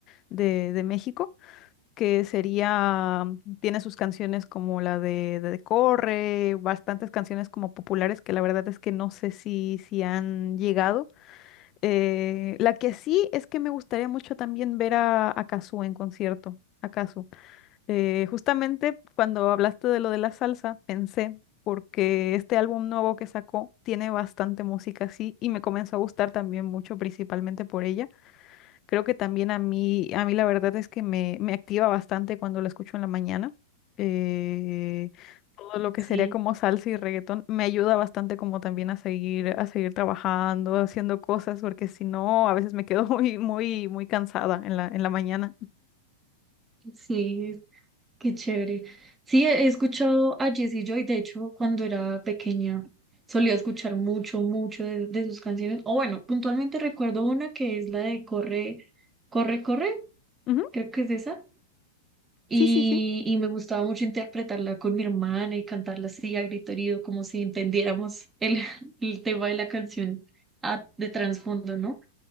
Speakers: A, on the left; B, on the right.
A: de, de México, que sería, tiene sus canciones como la de, de Corre, bastantes canciones como populares que la verdad es que no sé si, si han llegado. Eh, la que sí es que me gustaría mucho también ver a, a Cazzu en concierto, a Cazzu. Eh, justamente cuando hablaste de lo de la salsa, pensé, porque este álbum nuevo que sacó tiene bastante música así y me comenzó a gustar también mucho, principalmente por ella. Creo que también a mí, a mí la verdad es que me, me activa bastante cuando la escucho en la mañana. Eh, todo lo que
B: Sí,
A: sería como salsa y reggaetón me ayuda bastante como también a seguir, a seguir trabajando, haciendo cosas, porque si no, a veces me quedo <laughs> muy, muy, muy cansada en la, en la mañana.
B: sí, Qué chévere. Sí, he he escuchado a Jessie Joy, de hecho, cuando era pequeña solía escuchar mucho, mucho de, de sus canciones. O bueno, puntualmente recuerdo una que es la de Corre, Corre, Corre,
A: Ujú,
B: creo que es esa. Y,
A: Sí, sí, sí.
B: y me gustaba mucho interpretarla con mi hermana y cantarla así a grito herido, como si entendiéramos el, <laughs> el tema de la canción a- de trasfondo, ¿no?